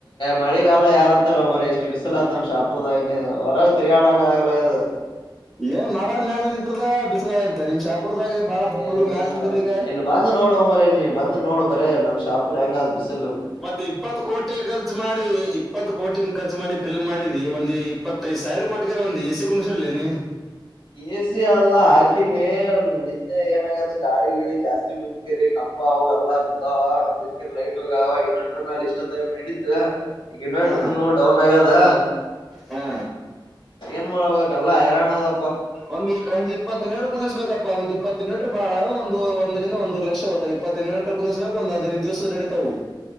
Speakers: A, on the left; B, in the centre.
A: ಮಳೆಗಾಲ ಯಾರಂತಾರ ಮರ ಎಷ್ಟು ಷ್ಟ ಬಿಸಲ ಅ ನಮ್ ಶಾಪುರ್ದ ಹೊರ ತಿರಿಯಾಳಕ್ಕ ಆಗಲ್ಲ ಅದು
B: ಏನ್ ಮಾಡೋ ಮ್ಯಾಲ ನಿಂತದ ಬಿಸದತ್ತ ನಿಮ್ ಶಾಪುರ್ದಾಗೆ ಬಾಳ
A: ಏನ
B: ಫುಲ್ ಮ್ಯಾಲ ನಿಂತದ ಈಗ
A: ಇಲ್ಲಿ ಬಂದು ನೋಡುವ ಮರೇ ನೀ ಬಂದು ನೋಡು ಬರೇ ನಮ್ ಶಾಪರ್ ಹೆಂಗಾದ್ ಬಿಸಲ್
B: ಮತ್ತೆ ಇಪ್ಪತ್ ಕೋಟಿ ಖರ್ಚ ಮಾಡಿ ಇಪ್ಪತ್ತು ಕೋಟಿ ಖರ್ಚು ಮಾಡಿ ಫಿಲ್ ಮಾಡಿದ ಇವ ಒಂದು ಇಪ್ಪತ್ತದ್ ಸಾವಿರ ಕೊಟ್ಟಗರ ಒಂದು ಎ ಸಿ ಕುಣಸಲ್ಲ ನೀ
A: ಎಸಿ ಎಲ್ಲ ಹಾಕಿನೇ ಇ ಏನಾಗತ್ತ ಗಾಳಿ ಗಿಳ ಜಾಸ್ತಿ ಬದಕರಿ ಕಂಬ ಎಲ್ಲಾ ಬಿದ್ದಾವ ಬಿದಕರಿ ಲೈಟ್ ಹೋಗ. ಇನ್ನಡರ ಮ್ಯಾಲ ಇಷ್ಟೊ ತಗ್ ನಡಡಿತ. ಈ ಇನ್ವರ್ಟರ್ನು
B: ಹಾ
A: ಡೌನ್ ಆಗ್ಯದಾ.
B: ಹಾ
A: ಏನ್ ಮಾಡ್ಬೇಕಲ್ಲ ಹೈರಾಣದ.
B: ಒಂದ ಈಸ್ಟ್ ಇಪ್ಪರ್ ಕುದಿಸ್ಬೇಕಪ್ಪ ಒಂದ ಇಪ್ಪತ್ತ ಮೀಟರ್ ಬಾಳ ಒಂದು ಒಂದರಿಂದವರೆ ಲಕ್ಷತ ಇಪ್ಪತ್ತ ಮೀಟರ್ ಕುದ್ಬೇಕ ಒಂದು. ಅದಿನ ದಿವಸ ನೆಡಿತವು.